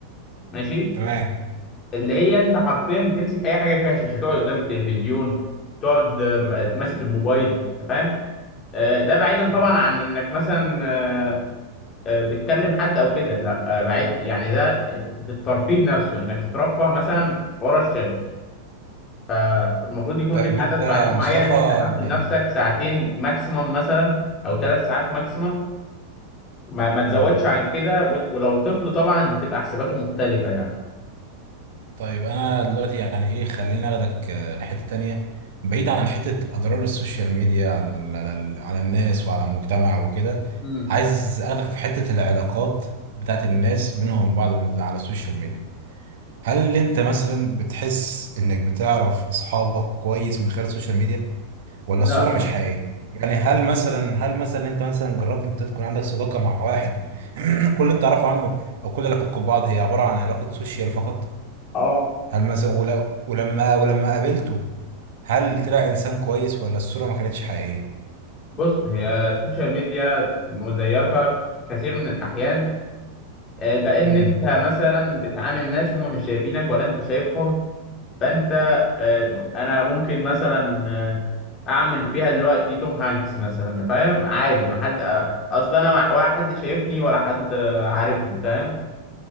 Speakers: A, on the left; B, on the right.
A: ماشي؟
B: تمام
A: اللي هي انت حرفيا بتمسك اي حاجه فيها شاشه تقعد قدام التلفزيون تقعد آه، ماسك الموبايل انت فاهم آه، ده بعيدا
B: مم.
A: طبعا عن انك مثلا آه، آه، بتكلم حد او كده لا آه، بعيد يعني ده في الترفيه نفسه انك تترفه مثلا ورا الشاشه فالمفروض يكون
B: طيب
A: لك عدد
B: انت يا
A: ساعات معين
B: مصطفى
A: انت حاطه لنفسك
B: يعني-
A: ساعتين ماكسيمم مثلا او ثلاث ساعات ماكسيمم ما, ما تزودش
B: مم.
A: عن كده و- ولو طفل طبعا تبقى حساباته مختلفه يعني
B: طيب انا دلوقتي يعني ايه خليني اخدك آه، لحته تانية بعيد عن حته اضرار السوشيال ميديا على على على الناس وعلى المجتمع وكده
A: مم.
B: عايز اخدك في حته العلاقات بتاعت الناس بينهم بعض من- على السوشيال ميديا هل انت مثلا بتحس انك بتعرف اصحابك كويس من خلال السوشيال ميديا ولا
A: لا
B: الصوره
A: طبعا
B: مش حقيقيه يعني هل مثلا هل مثلا انت مثلا جربت انت تكون عندك صداقه مع واحد <clears throat> كل اللي انت تعرفه عنه او كل علاقتكم ببعض هي عباره عن علاقه سوشيال فقط
A: اه
B: هل مثلا ول- ولما ولما قابلته هل طلع انسان كويس ولا الصورة ما كانتش حقيقية
A: بص هي السوشيال ميديا مزيفة في كثير من الأحيان آه، ده إن
B: امم
A: أنت مثلا بتعامل ناس هما مش شايفينك ولا أنت شايفهم فأنت آه، أنا ممكن مثلا آه، أعمل فيها دلوقتي توم هانكس مثلا أنت فاهم عادي ما حد آه، أصلا أنا مع- ولا حد شايفني ولا حد آه، عارفني فاهم